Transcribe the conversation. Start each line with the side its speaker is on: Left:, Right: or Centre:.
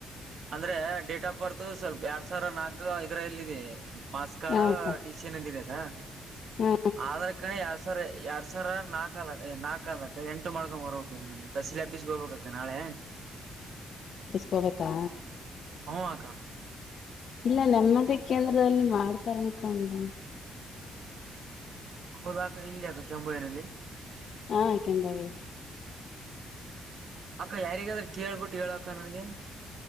Right: ಅಂದ್ರೆ ಡೇಟ್ ಆಫ್ ಬರ್ತ್ ಸ್ವಲ್ಪ ಎರಡ್ ಸಾವಿರ ನಾಲ್ಕು ಐದರಲ್ಲಿ ಮಾಸ್ ಕಡ
Left: ಹಾಪ
Right: ಟಿಷನ್ಲ್ಲಿ ಇದದ
Left: ಹಾ
Right: ಆಧಾರ್ ಕಾರ್ಡ್ ಎರಡ್ ಸಾವಿರ ಎರಡ್ ಸಾವಿರ ನಾಕು ನಾಕ್ ಅದ ನಾಕ್ ಅದಕ್ಕ ಎಂಟು ಮಾಡ್ಕೊಂಡ್ರಬೇಕಸಿಲೆ ಹ ಬಿಸಗ ಹೋಗಬೇಕಕ್ಕ ನಾಳೆ
Left: ಕಪ್ಪಿಸಕೋಬೇಕಾ
Right: ಹಕಾ
Left: ಇಲ್ಲ ನೆಮ್ಮದಿ ಕೇಂದ್ರದಲ್ಲಿ ಮಾಡ್ತಾರ ಅನ್ಕೊಂಡ
Right: ಹದಕ ಇಲ್ಲಯಕ ಚಂಬುವೈನಲ್ಲಿ
Left: ಹಾ ಕೆಂಬವೇ
Right: ಅಕ್ಕ ಯಾರಿಗಾದ್ರೆ ಕೇಳ್ಬಿಟ್ಟು ಹೇಳಕ್ಕ ನನ್ಗೆ